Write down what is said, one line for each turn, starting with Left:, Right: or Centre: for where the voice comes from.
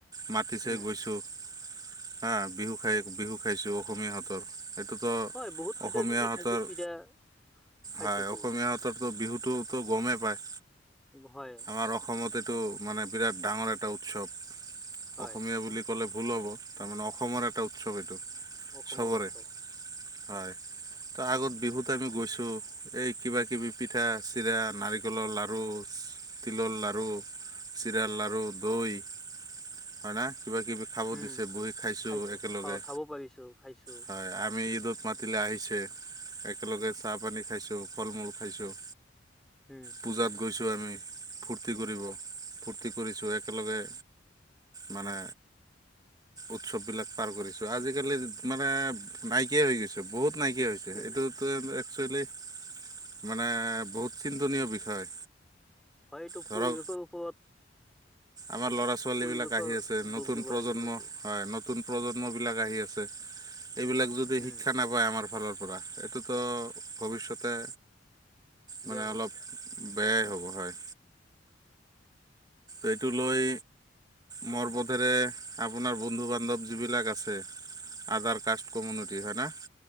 Right: মাতিছে
Centre: হম
Right: গৈছোঁ। হা বিহু খাই বিহু খাইছোঁ অসমীয়াহঁতৰ। সেইটোতো
Centre: হয় বহুত পিঠা
Right: অসমীয়াহঁতৰ
Centre: পিঠি খাইছো পিঠা খাইছোতো
Right: হয় অসমীয়াত অততো বিহুটোতো গমেই পায়।
Centre: হয়।
Right: আমাৰ অসমত এইটো মানে বিৰাট ডাঙৰ এটা উৎসৱ,
Centre: হয়
Right: অসমীয়া বুলি ক'লে ভুল হ'ব তাৰমানে অসমৰ এটা উৎসৱ এইটো,
Centre: অসমৰ
Right: চবৰে
Centre: উৎসৱ
Right: হয়। ত' আগত বিহুত আমি গৈছো, এই কিবা কিবি পিঠা, চিৰা, নাৰিক নাৰিকলৰ লাৰু। তিলৰ লাৰু, চিৰাৰ লাৰু, দৈ হয় না কিবা কিবি খাব
Centre: উম
Right: দিছে, বহি খাইছোঁ
Centre: খাইছো
Right: একেলগে,
Centre: খ খাব পাৰিছো খাইছো
Right: হয়। আমি ঈদত মাতিলে আহিছে একেলগে চাহ পানী খাইছোঁ, ফল-মূল খাইছোঁ।
Centre: হয়,
Right: পূজাত গৈছোঁ আমি, ফূৰ্তি কৰিব, ফূৰ্তি কৰিছোঁ একেলগে মানে উৎসৱ বিলাক পাৰ কৰিছোঁ, আজিকালি মানে নাইকিয়া হৈ গৈছে। বহুত নাইকিয়া হৈছে, এইটোত
Centre: হৈ গৈছে
Right: এক্সুৱেলি মানে বহুত, চিন্তনীয় বিষয়।
Centre: হয়, এইটো
Right: ধৰক
Centre: পৰিৱেশৰ ওপৰত
Right: আমাৰ ল'ৰা ছোৱালীবিলাক
Centre: পৰিৱেশৰ
Right: আহি আছে নতুন
Centre: দুখ দিব
Right: প্ৰজন্ম
Centre: লাগিব এইটো
Right: হয় নতুন প্ৰজন্মবিলাক আহি আছে, এইবিলাক যদি
Centre: উম
Right: শিক্ষা ন আমাৰ ফালৰ পৰা, এইটোতো ভৱিষ্যতে
Centre: বেয়া
Right: মানে
Centre: হ'ব
Right: অলপ বেয়াই হ'ব হয়। এইটো লৈ মৈৰ মতেৰে, আপোনাৰ বন্ধু- বান্ধৱ যিবিলাক আছে। আদাৰ কাষ্ট কমিউনিটি হয়নে?